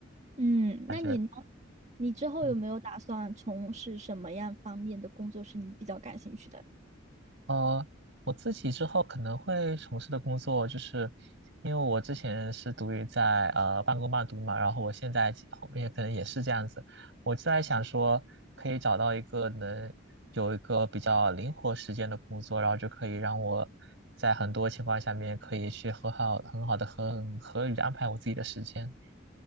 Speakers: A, on the right; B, on the right.
A: 嗯，
B: 感觉。
A: 那你呢？你之后有没有打算从事什么样方面的工作是你比较感兴趣的？
B: 嗯呃，我自己之后可能会从事的工作，就是因为我之前是读于在呃半工半读嘛，然后我现在其后面可能也是这样子，我就在想说，可以找到一个能有一个比较灵活时间的工作，然后就可以让我在很多情况下面可以去很好很好的很合理的安排我自己的时间，